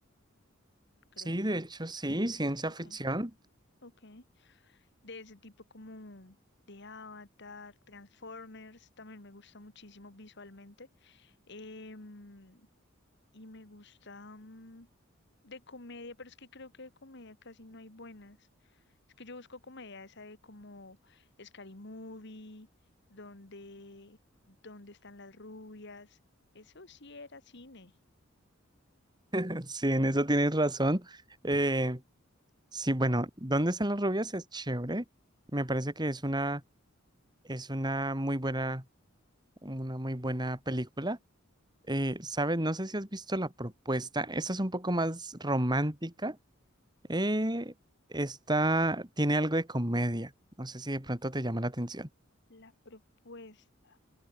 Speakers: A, on the left; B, on the right.
A: crees?
B: Sí, de hecho, sí, ciencia
A: Ok,
B: ficción.
A: ok. De ese tipo como de Avatar, Transformers, también me gusta muchísimo visualmente. Em, y me gusta mm, de comedia, pero es que creo que de comedia casi no hay buenas. Es que yo busco comedia esa de como Scary Movie, donde, donde están las rubias. Eso sí era cine.
B: <laughs> Sí, en eso tienes razón. Eh, sí, bueno, ¿Dónde están las rubias? Es chévere. Me parece que es una, es una muy buena, una muy buena película. Eh, ¿sabes? No sé si has visto La Propuesta. Esta es un poco más romántica Eh, está, tiene algo de comedia. No sé si de pronto te llama la atención.
A: La propuesta.